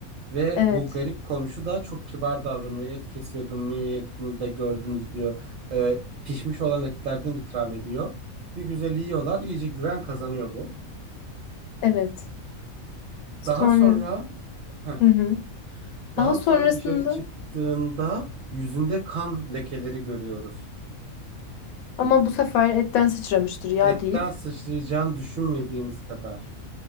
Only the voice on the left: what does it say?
Evet.
Evet. Sonra
hı hı. Daha
sonrasında
ama bu sefer etten sıçramıştır ya
deyip.